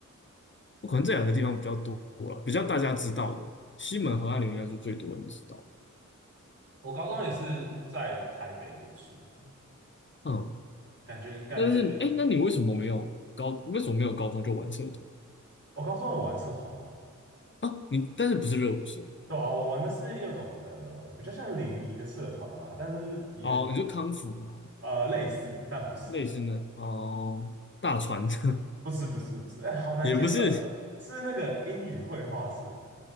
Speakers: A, on the left; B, on the right.
A: 可能这两个地方比较多了，比较大家知道的。西门河岸留言应该是最多人知道。
B: 哦，我高中也是在台北读书，
A: 嗯，
B: 感觉感觉，
A: 但是哎，诶那你为什么没有高？为什么没有高中就玩社团
B: 我高中有玩社团啊。
A: 啊？你但是不是热舞社？
B: 对啊，我玩的是一种呃比较像联谊的社团吧，但是也很
A: 哦，你说康复吗？
B: 呃类似，但不是，
A: 类似呢？哦，大船 <laughs>
B: 不是，不是，不是，哎，好难解释哦，
A: 也不是
B: 是那个英语绘画社，